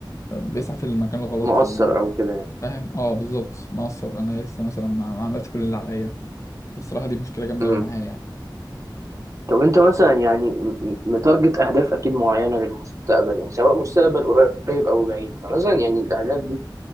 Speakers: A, on the left; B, on the right.
A: بيسعى في المكان الغلط
B: مؤثر
A: او
B: او كده يعني
A: فاهم اه بالظبط مقصر انا لسه مثلا ما ما عملتش كل اللي عليا فالصراحه دي مشكله جامده
B: مم.
A: قوي معايا يعني
B: طب انت مثلا يعني م- م- متارجت اهداف اكيد معينه للمستقبل يعني سواء مستقبل قريب او بعيد فمثلا يعني الاهداف دي